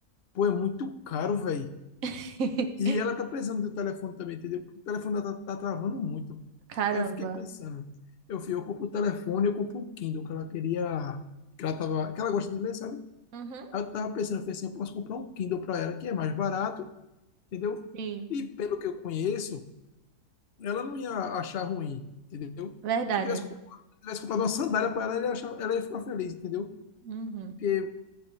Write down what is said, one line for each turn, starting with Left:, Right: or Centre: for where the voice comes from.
Left: pô, é muito caro, velho.
Right: <laughs>
Left: E ela tá precisando do telefone também, entendeu? Porque o telefone dela tá, tá travando muito.
Right: Caramba.
Left: Aí eu fiquei pensando, eu fui, eu compro o telefone, eu compro o Kindle, que ela queria, que ela tava, que ela gosta de ler, sabe?
Right: Uhum,
Left: Aí eu tava pensando, eu falei assim, eu posso comprar um Kindle para ela, que é mais barato, entendeu?
Right: Sim,
Left: E pelo que eu conheço, ela não ia achar ruim, entendeu?
Right: verdade.
Left: Se eu tivesse comprado, se eu tivesse comprado uma sandália para ela, ela ia achar- ela ia ficar feliz, entendeu?
Right: uhum,
Left: porque